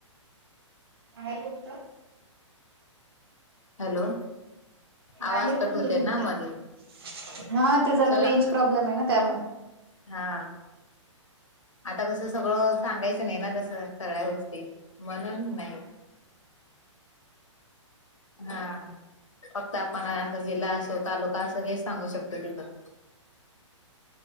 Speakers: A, on the right; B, on the left.
A: आहेऐकमत
B: हॅलो
A: बाहेर
B: आवाज कट
A: कोणतं
B: होते
A: तुमच
B: ना मध्ये
A: हा ते जरा
B: चला
A: रेंज प्रॉब्लेम आहे ना त्यामुळे
B: हा आता कसं सगळं सांगायचं नाही ना तस सगळ्या गोष्टी म्हणून नाही हा फक्त आपण अस जिल्हा असो तालुका असो हेच सांगू शकतो तिथं